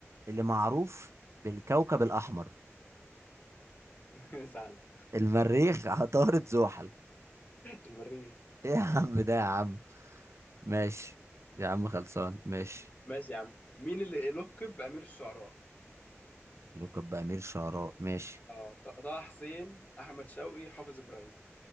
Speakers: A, on the right; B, on the left.
A: اللي معروف بالكوكب الاحمر
B: <laughs> سهلة
A: المريخ <laughs> عطارد زحل
B: المريخ
A: ايه يا عم ده يا عم ماشي يا عم خلصان ماشي
B: ماشي يا عم مين اللي لقب بأمير الشعراء؟
A: لقب بأمير شعراء ماشي
B: اه ط- طه حسين أحمد شوقي حافظ إبراهيم